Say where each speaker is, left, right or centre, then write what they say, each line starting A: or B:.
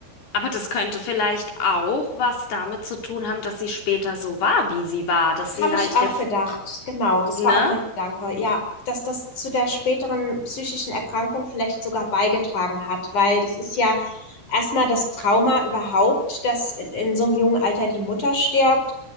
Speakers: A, on the left (about 55°); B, on the left (about 40°).
A: Aber das könnte vielleicht auch was damit zu tun haben, dass sie später so war, wie sie war, dass
B: Das
A: sie
B: habe ich
A: halt
B: auch
A: der, F-
B: gedacht. Genau, das
A: ne?
B: war auch mein Gedanke. Ja, dass das zu der späteren psychischen Erkrankung vielleicht sogar beigetragen hat, weil das ist ja erstmal das Trauma überhaupt, dass in so einem jungen Alter die Mutter stirbt